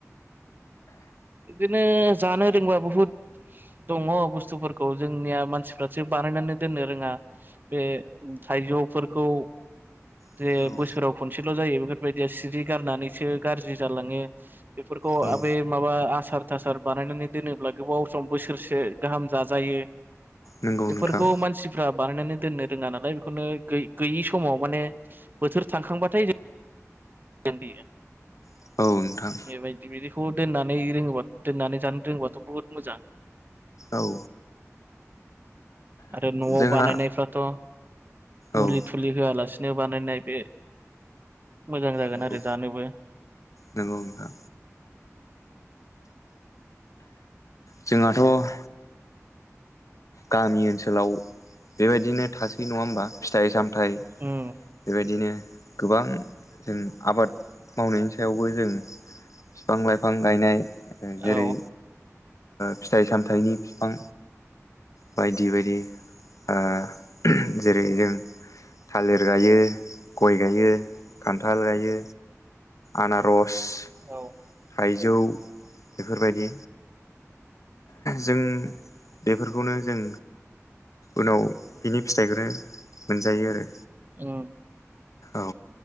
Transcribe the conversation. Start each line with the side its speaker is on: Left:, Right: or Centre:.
Right: दिनो जानो रोंबा बुहुत दङ बुस्थुफोरखौ जों निया मानसिफ्रासो बानायनानै दोननो रोङा बे थाइजौफोरखौ जे
Left: औ औ
Right: बोसोराव खनसेल' जायो बेफोरबायदिया सिरि गारनानैसो गारजि जालाङो बेफोर खौ
Left: औ
Right: आबे माव बा आसार थासार बानायनानै दोनोब्ला गोबाव सम बोसोरसे गाहाम जाजायो।
Left: नंगौ
Right: बेफोरखौ
Left: नोंथां
Right: मानसिफ्रा बानायनानै दोननो रोङा नालाय बेखौनो गै-गैयि समाव माने बोथोर थांखांबाथाय <unintelligible>
Left: औ नोंथां
Right: बेबायदि बिदिखौ दोननानै रोङोबा दोननानै जानो रोङोबाथ' बुहुद मोजां। <inaudible>
Left: औ
Right: आरो न'आव
Left: जोंहा
Right: बानायनायफ्राथ' मुलि
Left: औ
Right: थुलि होआलासिनो बानायनाय बे मोजां जागोन
Left: नंगौ
Right: आरो जानोबो। <inaudible>
Left: नंगौ नोंथां जों हाथ' गामि ओनसोलाव बेबायदिनो थासै नङा होमबा फिथाइ साम थाइ
Right: उम
Left: बेबायदिनो गोबां जों आबाद मावनायनि सायावबो जों फिफां लाइफां गायनाय ओ जेरै
Right: औ
Left: फिथाइ ओ सामथाइनि फिफां बायदि बायदि ओ जेरै जों थालिर गायो गय गायो खान्थाल गायो आनारस
Right: औ।
Left: थाइजौ बेफोरबायदि जों बेफोरखौनो जों उनाव बिनि फिथाइखौनो मोनजायो आरो।
Right: उम।
Left: औ